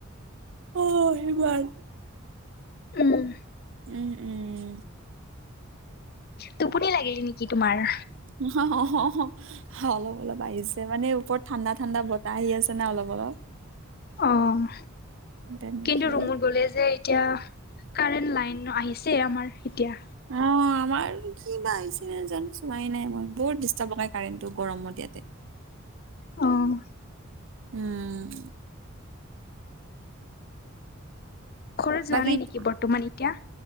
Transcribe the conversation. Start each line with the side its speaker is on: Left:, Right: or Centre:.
Right: অ', সিমান।
Left: উম
Right: উম উম।
Left: টোপনি লাগিলে নেকি তোমাৰ?
Right: অ' অলপ অলপ আহিছে, মানে ওপৰত ঠাণ্ডা ঠাণ্ডা বতাহ আহি আছে না অলপ অলপ।
Left: অ',
Right: তেনেকে
Left: কিন্তু ৰুমত গ'লে যে এতিয়া, কাৰেণ্ট লাইন-আহিছে আমাৰ এতিয়া।
Right: অ আমাৰ কি বা আহিছিলে জানো চোৱাই নাই মই, বহুত ডিষ্টাৰ্ব লগাই কাৰেণ্টটো গৰমত ইয়াতে।
Left: অ'।
Right: উম।
Left: ঘৰ যোৱা
Right: বাকী
Left: নাই নেকি বৰ্তমান এতিয়া?